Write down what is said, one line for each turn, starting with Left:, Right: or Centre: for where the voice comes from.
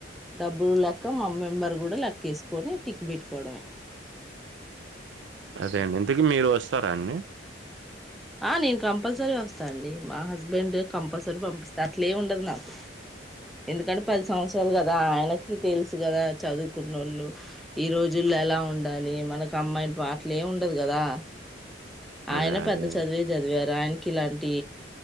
Centre: డబ్బులు లెక్క మా మెంబర్ కూడా లెక్కేసుకొని టిక్ పెట్టుకోవడమే
Right: అదే అండి ఎందుకు మీరు వస్తారా అన్నీ
Centre: ఆ నేను కంపల్సరీ వస్తా అండి మా హస్బెండ్ కంపల్సరీ పంపిస్తా అట్లే ఉండదు నాకు ఎందుకంటే పది సంవత్సరాలు కదా ఆయనకి తెలుసు కదా చదువుకున్నోళ్ళు ఈ రోజుల్లో ఎలా ఉండాలి మనకు అమ్మాయిని అట్లే ఉండదు కదా
Right: అదే
Centre: ఆయన
Right: అదే
Centre: పెద్ద చదివే చదివారు ఆయనకి ఇలాంటి